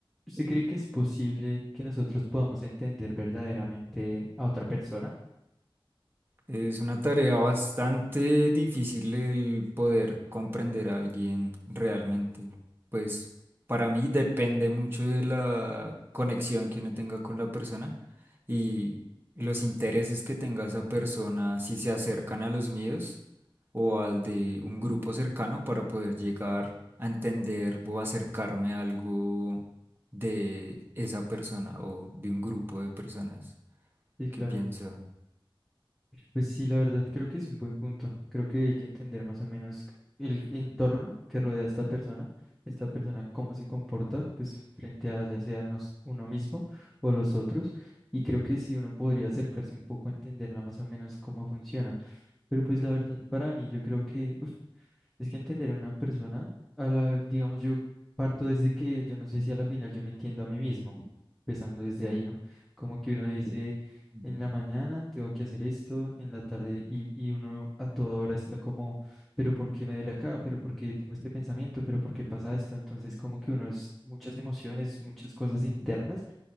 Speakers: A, in the centre; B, on the right (about 25°).
A: ¿Usted cree que es posible que nosotros podamos entender verdaderamente a otra persona?
B: Es una tarea bastante difícil el poder comprender a alguien realmente. Pues para mí depende mucho de la conexión que uno tenga con la persona y los intereses que tenga esa persona, si se acercan a los míos o al de un grupo cercano para poder llegar a entender o acercarme a algo de esa persona o de un grupo de personas
A: Sí, claro.
B: que piensan.
A: Pues sí, la verdad creo que es un buen punto. Creo que hay que entender más o menos el entorno que rodea a esta persona, esta persona cómo se comporta, pues frente a ya sea nos, uno mismo o los otros. Y creo que sí uno podría acercarse un poco a entenderla más o menos cómo funciona. Pero pues la verdad para mí yo creo que <laughs> Es que entender a una persona, a la- digamos, yo parto desde que yo no sé si a la final yo me entiendo a mí mismo, empezando desde
B: Sí.
A: ahí, ¿no? Como que uno dice,
B: Ujú,
A: en la mañana tengo que hacer esto, en la tarde, y, y uno a toda hora está como, pero ¿por qué me duele acá? ¿Pero por qué tengo este pensamiento? ¿Pero por qué pasa esto? Entonces, como que uno es muchas emociones, muchas cosas internas,
B: ujú.